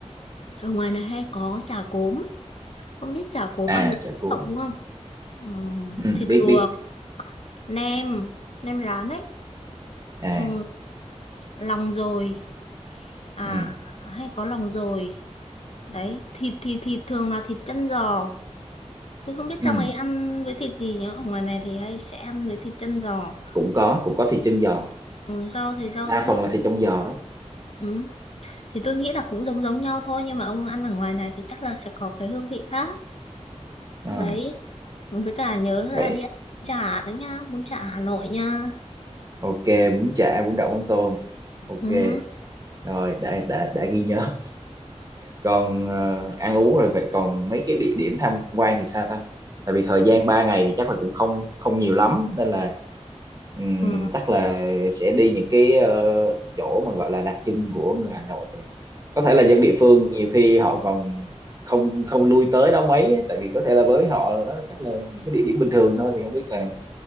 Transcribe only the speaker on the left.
ở ngoài này hay có chả cốm không biết chả cốm ăn
với
đậu đúng không ừ.
thịt
luộc
nem nem rán ấy
ừ. lòng dồi à
hay có lòng dồi đấy thịt thì thịt thường là thịt chân giò tôi không biết
trong ấy ăn với thịt gì nhá ở ngoài này thì hay sẽ ăn với thịt chân giò
ừ, rau thì rau
thơm
ừ. thì tôi nghĩ là cũng giống giống nhau thôi nhưng mà ông ăn ở ngoài này thì chắc là sẽ có cái hương vị khác
đấy với cả nhớ
là đi ăn bún chả đó nha bún chả Hà Nội nha
ừ.
Ừ.